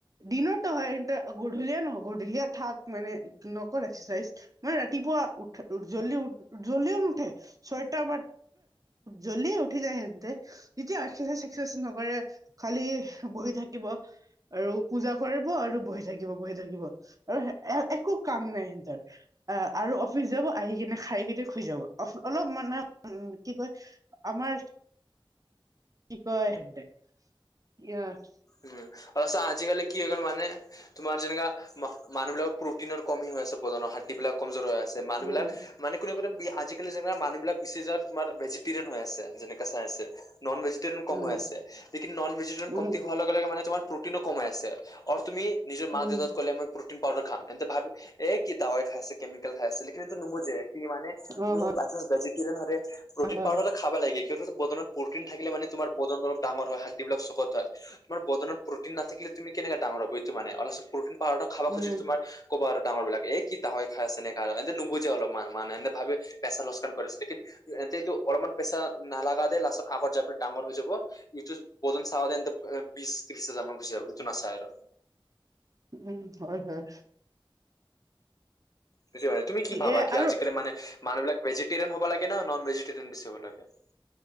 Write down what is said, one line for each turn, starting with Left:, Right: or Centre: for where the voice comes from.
Right: দিনটো হয় সেইটো। গধূলিয়ে নহ'ব। গধূলীয়া থাক মানে, অকল এক্সাৰচাইজ মানে, ৰাতিপুৱা উঠি জল্দি উ জল্দিও নুঠে। ছয়টাৰ বা জল্দি উঠি যায় সিহঁতে। তেতিয়া এক্সেৰচাইচ, চেক্সেৰচাইচ নকৰে খালি বহি থাকিব। আৰু পূজা কৰিব আৰু বহি থাকিব, বহি থাকিব আৰু একো কাম নাই সিহঁতৰ। অ'! আৰু অফিচ যাব, আহি কিনে খাই কিনে শুই যাব। অলপ মানে, কি কয় <unintelligible>
Left: উম, ইচ্ছা! আজিকালি কি হৈ গ'ল মানে, তোমাৰ যেনেকা মানুহ বিলাক প্ৰটিনৰ কমি হৈ আছে। বজনৰ হাৰ্ডি বিলাক কমজোৰৰ হৈ আছে। মানুহ
Right: উম
Left: বিলাক মানে, কোনে, কো আজিকালি যেনেকে মানুহ বিলাক <unintelligible> তোমাৰ, ভেজিটেৰিয়ান হৈ আছে, যেনেকে চাই আছে। নন ভেজিটেৰিয়ান কম
Right: উম
Left: হৈ আছে। লেকিন নন ভেজিটেৰিয়ান
Right: উম
Left: কম তাকে, মানে, তোমাৰ প্ৰটিনো কম হৈ আছে আৰু তুমি নিজৰ মাক
Right: উম
Left: দেউতাক ক'লে ম পাউডাৰ খাম। তেন্তে, ভাবি এই কি দাৱাই খাইছে, কেমিকেল খাই আছে। সেইখিনি ত' নুবুজে। কি মানে,
Right: অ
Left: তুমি
Right: হয়
Left: বাইচান্স ভেজিটেৰিয়ান <unintelligible> প্ৰটিন
Right: হয় হয়
Left: পাউাৰ হ'লেও খাব লাগে। <unintelligible> প্ৰটিন থাকিলে মানে, তোমাৰ বদন অলপ ডাঙৰ হয়। হাৰ্ড বিলাক চকত হয়। তোমাৰ বদনত প্ৰটিন নাথাকিলে, তুমি কেনেকা ডাঙৰ হ'ব এইটো মানে। প্ৰটিন পাউদাৰ খাব
Right: উম
Left: খুজিলে তোমাৰ ক'ব আৰু ডাঙৰ বিলাকে এই কি দাৱাই খাই আছে। এনেকা আৰু সিহঁতে নুবুজে অলপমান মানে, সিহঁতে ভাৱে প্ৰেছাৰ <unintelligible> কৰিছিলে <unintelligible> পেছা নালাগা দে। লাছতত <unintelligible> ডাঙৰ হৈ যাব। ইটো বদন চাৱ বিশ ত্ৰিশ হাজাৰ মান গুচি যাব। এইটো নাচায় আৰু
Right: উম! হয়, হয়।
Left: বুজি পাই, তুমি কি ভাবা,
Right: এ
Left: কি
Right: আৰু
Left: আজিকালি মানে মানুহবিলাক ভেজিটেৰিয়ান হ'ব লাগে না? নন ভেজিটেৰিয়ান বেছি হ'ব লাগে?